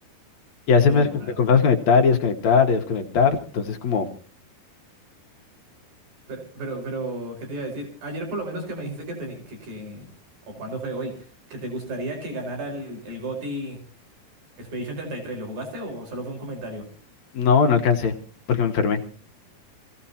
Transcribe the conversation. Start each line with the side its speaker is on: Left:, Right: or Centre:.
Left: Y a veces
Right: Eh,
Left: me, descon-
Right: mano.
Left: me comienzo a desconectar y desconectar y desconectar. Entonces como,
Right: Pero, pero, pero, ¿qué te iba a decir? Ayer por lo menos que me dijiste que, teni- que, que o cuándo fue hoy, que te gustaría que ganara el, el GOTY Expedition 33. ¿Lo jugaste o solo fue un comentario?
Left: no, no alcancé porque me enfermé.